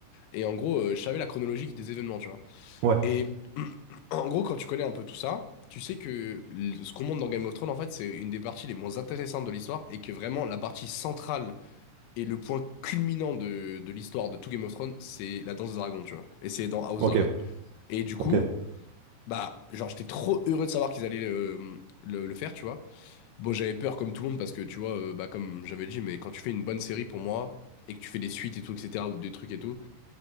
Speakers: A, on the left (about 85°); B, on the right (about 70°).
A: Et en gros, euh, je savais la chronologie des événements, tu vois.
B: Ouais,
A: Et <clears throat> en gros, quand tu connais un peu tout ça, tu sais que l- ce qu'on montre dans Game of Thrones, en fait, c'est une des parties les moins intéressantes de l'histoire et que vraiment la partie centrale et le point culminant de, de l'histoire de tout Game of Thrones, c'est la danse des dragons, tu vois. Et c'est dans House
B: ok,
A: Dragon. Et du coup,
B: ok,
A: bah, genre, j'étais trop heureux de savoir qu'ils allaient le, le- le faire, tu vois. Bon, j'avais peur comme tout le monde parce que, tu vois, euh, bah, comme j'avais dit, mais quand tu fais une bonne série pour moi et que tu fais des suites et tout, etc., ou des trucs et tout.